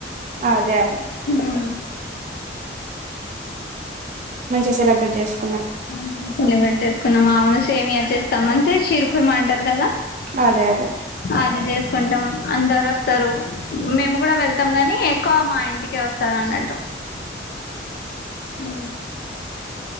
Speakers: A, on the right (about 45°); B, on the left (about 55°).
A: అదే అదే
B: ఆ
A: మంచిగా సెలబ్రేట్ చేసుకో
B: మంచిగా సెలబ్రేట్ చేసుకున్నాం అవును సేమియ చేస్తాము అయితే షీర్ కుర్మా అంటారు కదా
A: అదే అదే
B: అది చేసుకుంటాం అందరు వస్తారు మేము కూడా వెళ్తాం గాని ఎక్కువ మా ఇ ఇంటికే వస్తారు అన్నట్టు ఆ